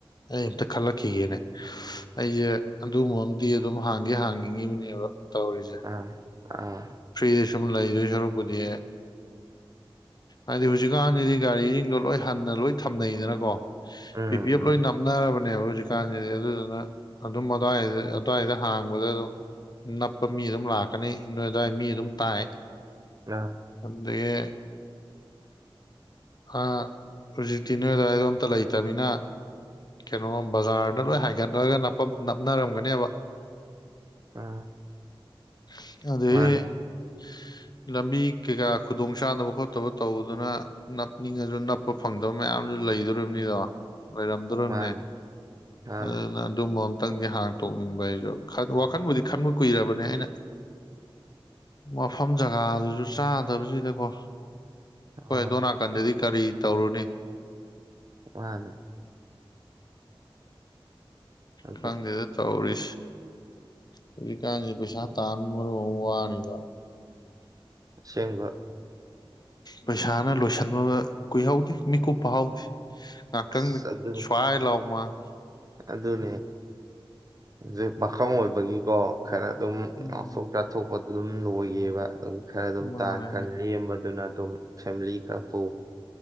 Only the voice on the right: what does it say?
ꯑꯥ ꯑꯥ
ꯎꯝ
ꯎꯝ
ꯑꯥ
ꯑꯥ
ꯃꯥꯅꯦ
ꯃꯥꯅꯦ ꯃꯥꯅꯦ
ꯑꯣ
ꯃꯥꯟꯅꯦ ꯑꯗꯨ
ꯑꯁꯦꯡꯕ
ꯑꯁ ꯑꯗꯨ
ꯑꯗꯨꯅꯦ ꯍꯧꯖꯤꯛ ꯄꯥꯈꯥꯪ ꯑꯣꯏꯕꯒꯤꯀꯣ ꯈꯔ ꯑꯗꯨꯝ
ꯉꯥꯎꯊꯣꯛ ꯆꯥꯊꯣꯛꯄ ꯑꯗꯨꯝ ꯂꯣꯏꯒꯤꯑꯦꯕ ꯑꯗꯨꯝ ꯈꯔ ꯑꯗꯨꯝ
ꯇꯥ ꯈꯔ ꯂꯦꯝꯕꯗꯨꯅ ꯑꯗꯨꯝ ꯐꯦꯃꯤꯂꯤ ꯈꯔ ꯄꯨ